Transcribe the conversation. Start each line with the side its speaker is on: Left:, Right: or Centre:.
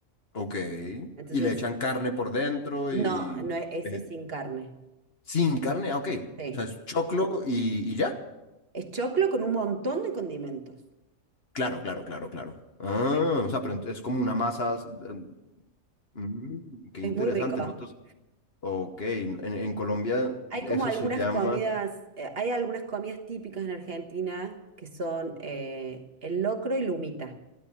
Left: ok.
Right: Entonces
Left: Y le echan carne por dentro y...
Right: No, no, e- ese
Left: veget-
Right: es sin carne.
Left: Sin carne, ah, ok.
Right: Sí.
Left: O sea, es choclo y, y ya.
Right: Es choclo con un montón de condimentos.
Left: Claro, claro, claro, claro. Ah,
Right: Sí.
Left: o sea, pero ent- es como una masa... s- eh, mm, qué
Right: Es
Left: interesante,
Right: muy rico.
Left: Nosotros... Ok, en, en Colombia
Right: Hay
Left: eso
Right: como algunas
Left: se llama...
Right: comidas, eh, hay algunas comidas típicas en Argentina que son eh, el locro y la humita.